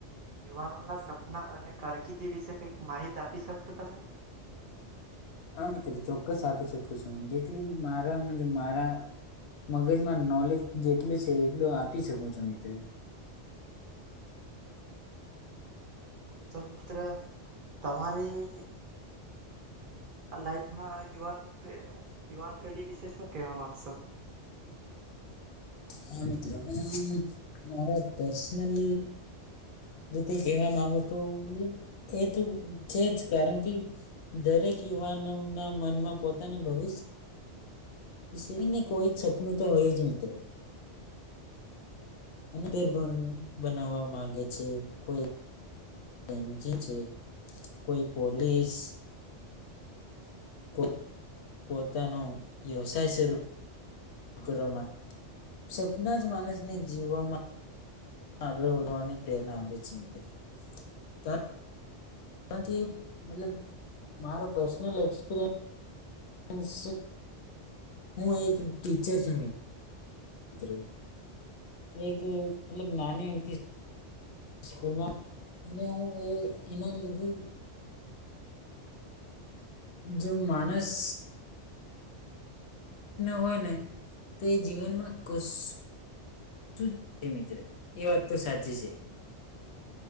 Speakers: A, on the right (about 55°); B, on the left (about 70°).
A: યુવાનો ના સપના અને કારકિર્દી વિશે કંઈક માહિત આપી શકશો તમે?
B: હા મિત્ર ચોક્કસ આપી શકું છું. હું જેટલી મારા મતલબ મારા મગજમાં નોલેજ જેટલી છે એટલું આપ આપી શકું છું મિત્ર.
A: તો મિત્ર તમારી લાઈફમાં યુવાન પે યુવાન પેઢી વિશે શું કહેવા માંગશો?
B: હા મિત્ર હું મારા પર્સનલ રીતે કહેવા માંગો તો મતલબ એ તો છે જ કારણ કે દરેક યુવાનોના મનમાં પોતાના ભવિષ્ય કોઈને કોઈ સપનું તો હોય જ મિત્ર અનેે <unintelligible> બનવા માંગે છે કોઈ એનજી છે કોઈ પોલીસ કોઈ પોતાનો વ્યવસ સાય શરૂ કરવા માંગે, સપના જ માનસને જીવવામાં આગળ વધવાની પ્રેરણા આપે છે મિત્ર. પન કારણ કે મતલબ મારો પર્સનલ એક્સપિરિયન્સ હું એક ટીચર છું મિ મિત્ર એક મતલબ નાની અમથી સ્કૂલમાં અને હું એ એના લીધે જો માણસ હોય ને તો એ જીવનમાં કશ શું જ મિત્ર એ વાત તો સાચી છે.